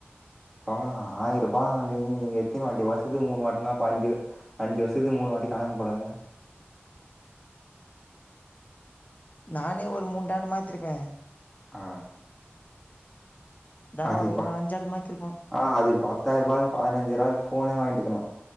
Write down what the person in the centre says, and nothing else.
பா ஆயிரூபா நீங்க எத்தின வாட்டி வருஷத்து மூணு வாட்டினா பா அஞ்சி அஞ்ச்சு வருஷத்து மூணு வாட்டி கணக்கு போடுக
ஆ
அதிப்பா
ஆ அதுக்கு பத்தாயிர ரூபாகு பதினஞ்சு இராக்கு ஃபோனே வாங்கிட்டுகலா